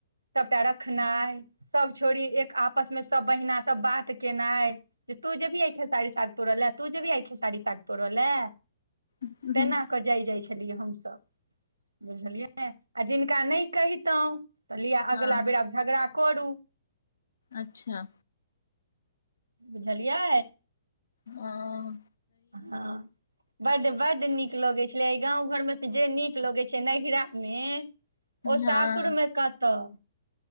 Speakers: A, on the right; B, on the left.
A: सभटा रखनाइ सब छोड़ी एक आपस मे सब बहिना सब बात केनाइ जे तू जेभी आऐे खेसाड़ी साग तोड़लै तू जे भी आऐ खेसाड़ी साग तोड़ेलै
B: ये
A: तेना क जाइ जाइ छलियै हमसभ बुझलियै आ जिनका नहि कहितहुं तऽ लिय अगिला
B: हँ
A: बेर आब झगड़ा करू
B: अच्छा
A: बुझलियै
B: हां
A: हँ बड बड नीक लगै छलै गाँव घर मे तो जे नीक लगै छै नैहिरा में ओ
B: हँ
A: सासुर मे कतऽ